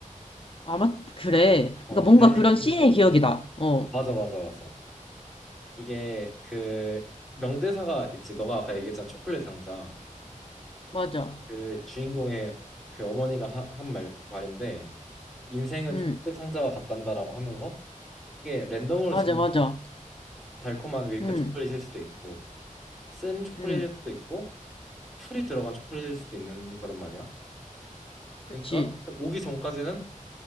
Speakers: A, on the left; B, in the centre.
A: 아마, 그래.
B: 어,
A: 그러니까 뭔가
B: 달리기를
A: 그런 씬의
B: 좋아해서.
A: 기억이 나. 어,
B: 맞아, 맞아, 맞아. 이게 그 명대사가 있지. 너가 아까 얘기했잖아. 초콜릿 상자.
A: 맞아.
B: 그 주인공의 그 어머니가 하- 한 말, 말인데, 인생은
A: 응,
B: 초콜릿 상자와 같단다라고 하면서, 이게 랜덤으로
A: 맞아,
B: 집는
A: 맞아.
B: 달콤한 밀크
A: 응,
B: 초콜릿일 수도 있고, 쓴 초콜릿일
A: 응.
B: 수도 있고, 풀이 들어간 초콜릿일 수도 있는 그런 말이야.
A: 그치.
B: 그러니까 오기 전까지는